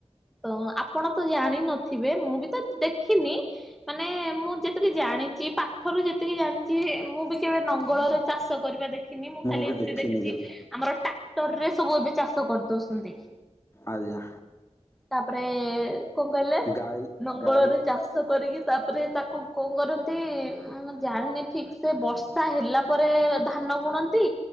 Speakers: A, in the centre; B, on the left.
A: ତ ଆପଣ ତ ଜାଣିନଥିବେ ମୁଁ ବି ତ ଦେଖିନି ମାନେ ମୁଁ ଯେତିକି ଜାଣିଛି ପାଠରୁ ଯେତିକି ଜାଣିଛି ମୁଁ ବି କେବେ ନ ଗଳରେ ଚାଷ କରିବା ଦେଖି। ମୁଁ ଖାଲି
B: ବି
A: ଏମିତି
B: ଦେଖିନି
A: ଦେଖିଛି
B: କେବେ
A: ଆମର ଟ୍ରାକ୍ଟରରେ ସବୁ ଏବେ ଚାଷ କରି ଦଉଛନ୍ତି।
B: ଆଜ୍ଞା।
A: ତାପରେ କଣ କହିଲେ?
B: ଗାଈ
A: ନଙ୍ଗଳ
B: ଗାଈ
A: ର ଚାଷ ଷ କରିକି ତାପରେ ତାକୁ କଣ କରନ୍ତି ଆ ମୁ ଜାଣିନି ଠିକ୍ ସେ ବର୍ଷା ହେଲା ପରେ ଧାନ ବୁଣନ୍ତି।